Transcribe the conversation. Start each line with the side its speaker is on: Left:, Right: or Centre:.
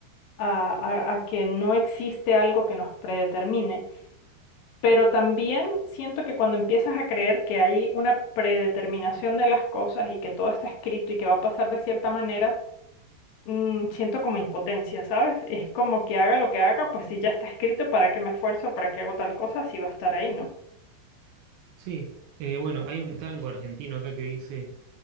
Left: a, a- a que no existe algo que nos predetermine. Pero también siento que cuando empiezas a creer que hay una predeterminación de las cosas y que todo está escrito y que va a pasar de cierta manera, mm, siento como impotencia, ¿sabes? Es como que haga lo que haga, pues si ya está escrito, ¿para qué me esfuerzo? ¿Para qué hago tal cosa? Si va a estar ahí, ¿no?
Right: sí, Eh, bueno, hay un tango argentino acá que dice,